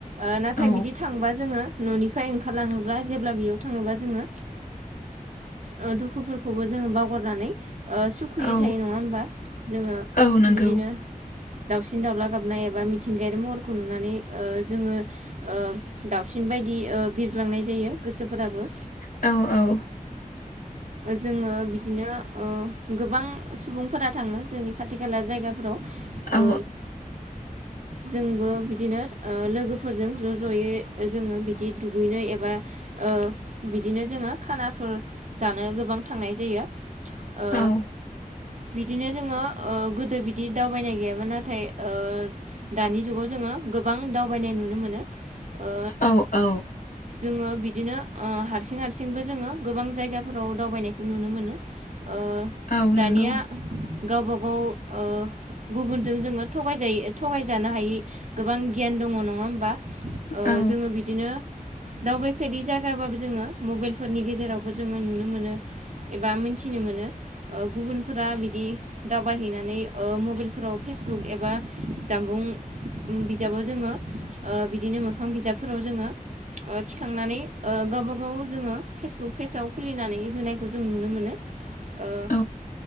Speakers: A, on the right; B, on the left.
A: ओ नाथाय
B: औ
A: बिदि थांङोबा जोङो न'निफ्राय ओंखारलाङोब्ला जेब्ला बेयाव थाङोबा जोङो ओ दुखुफोरखौबो जों बावगारनानै ओ सुु खुयै
B: औ
A: थायो नङा होमबा जोङो
B: औ नंगौ
A: बिदिनो दाावसिन दाउला गाबनाय एबा मिथिंगायारि महरखौ नुनानै ओ जोङो ओ दाउसिन बायदि बिरग्लांनाय जायो गोसोफोराबो।
B: औ औ
A: जोङो बिदिनो ओ गोबां सुबुंफोरा थाङो जोंनि खाथि खाला जायगाफोराव
B: औ
A: ओ जोंबो बिदिनो ओ लोगोफोरजों ज' ज'यै जोङो बिदि दुगैनो एबा ओ बिदिनो जोङो खानाफोर जानो गोबां थांनाय जायो। ओ
B: औ
A: बिदिनो जोङो ओ गोदो बिदिनो दावबायनाय गैयामोन। नाथाय ओ दानि जुगाव जोङो गोबां दावबायनाय नुनो मोनो। ओ
B: औ औ
A: जोङो बिदिनो ओ हारसिं हारसिंबो जोङो गोबां जायगाफोराव दावबायनायखौ नुनो मोनो। ओ
B: औ
A: दानिया
B: नंगौ
A: गावबा गाव ओ गुबुनजों जोङो थगायजायो थगायजानो हायि गोबां गियान दङ नङा होमबा? ओ
B: औ
A: जोङो बिदिनो दावबायफेरै जाय होआबाबो जोङो मबाइलफोरनि गेजेरावबो जोङो नुनो मोनो एबा मिथिनो मोनो। ओ गुबुनफोरा बिदि दावबायहैनानै ओ मबाइलफोराव फेसबुक एबा जामबुं बिजाबाव जोङो ओ बिदिनो मोखां बिजाबफोराव जोङो थिखांनानै ओ गावबागाव जोङो फेसबुक पेजाव खुलिनानै होनायखौ जों नुनो मोनो। ओ
B: औ